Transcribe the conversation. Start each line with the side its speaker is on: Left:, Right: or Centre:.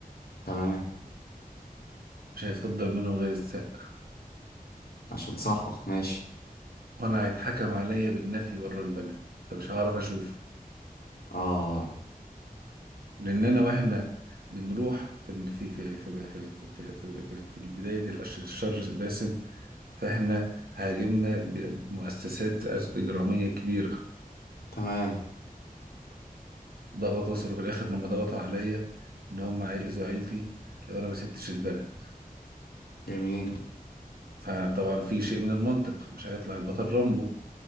Left: تمام
Right: مش هيتفضل منهم غير السقا
Left: عشان صاحبك ماشي
Right: وانا هيتحكم عليا بالنفي بره البلد فمش هعرف اشوفه
Left: اه
Right: لان انا واحنا بنروح في في في في في في في, في, في, في, في البداية دي الأشر الشر باسم فاحنا هاجمنا بمؤسسات إجرامية كبيرة
Left: تمام
Right: ضغط وصلوا في الآخر لما ضغطوا عليا إن هم هيأذوا عيلتي لو أنا ما سبتش البلد
Left: جميل
Right: فطبعا في شيء من المنطق مش هيطلع البطل رامبو